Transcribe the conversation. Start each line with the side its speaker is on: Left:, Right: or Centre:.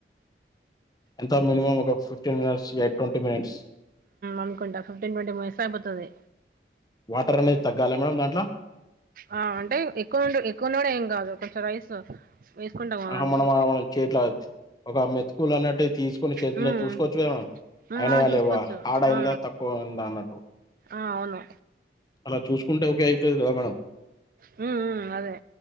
Left: ఎంత మినిమం ఒక ఫిఫ్టీన్ మినిట్స్ మినిట్స్
Right: అనుకుంటా ఫిఫ్టీన్ ట్వంటీ మినిట్స్ లో అయిపోతది
Left: వాటర్ అనేది తగ్గాలా మేడం దాంట్ల
Right: ఆ అంటే ఎక్కువ ఎక్కువ ఉన్నా కూడా ఏం కాదు కొంచెం రైస్ వేసుకుంటాం కదా
Left: ఆహ
Right: దాంట్లో
Left: మనం మనం చేత్ల ఒక మెతుకులు అన్నట్టు తీసుకొని చేతుల్లో
Right: హ్మ్
Left: చూసుకోవచ్చు కదా మేడమ్
Right: హ్మ్
Left: అయినయా
Right: ఆ చూసుకోవచ్చు
Left: లేవా ఆడ్ అయిందా
Right: ఆ
Left: తక్కువ ఉందా అన్నట్టు
Right: ఆ అవును
Left: అలా చూసుకుంటే ఓకే అయితది కదా మేడం
Right: హ్మ్ హ్మ్ అదే